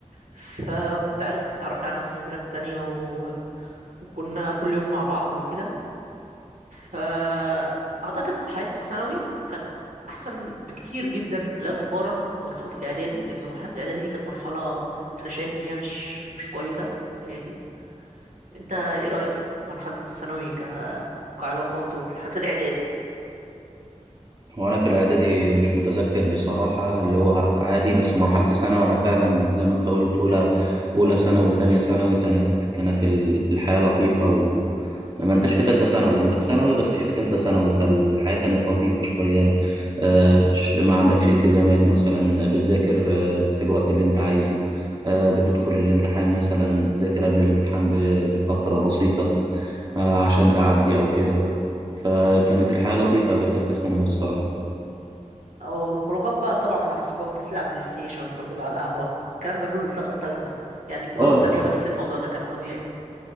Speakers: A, on the right; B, on the right.
A: فكنت عارف اتعرفت على ناس من بلاد تانية و... وكنا كل يوم مع بعض وكده فأعتقد حياة الثانوي كانت أحسن بكتير جدا لا تقارن بمرحلة الإعدادي لأن مرحلة الإعدادي دي كانت مرحلة أنا شايف إن هي مش مش كويسة في حياتي أنت إيه رأيك في مرحلة الثانوي ك... كعلاقات ومرحلة الإعدادي؟
B: وانا في الاعدادي مش متذكر بصراحه اللي هو عادي بس مرحله الثانوي وانا فعلا زي ما انت قلت اولى اولى ثانوي وتانية ثانوي كانت كانت ال- الحياه لطيفه و ما انتش في ثالثه ثانوي انت في ثانوي بس مش في ثالثه ثانوي فالحياه كانت لطيفه شويه آه،
A: أيوة
B: مش ما عندكش التزامات مثلا بتذاكر آه، في الوقت اللي انت عايزه آه، بتدخل الامتحان مثلا تذاكر قبل الامتحان ب- بفتره بسيطه آه، عشان تعدي أو كده فكانت الحياة لطيفة قبل تالتة ثانوي الصراحة
A: أو الخروجات بقى طبعا مع أصحابك تروح تلعب بلاي ستيشن تروح تقعد على القهوة الكلام ده كله اتلغى في تالتة يعني في أولى
B: اه
A: وتانية بس الموضوع ده كان طبيعي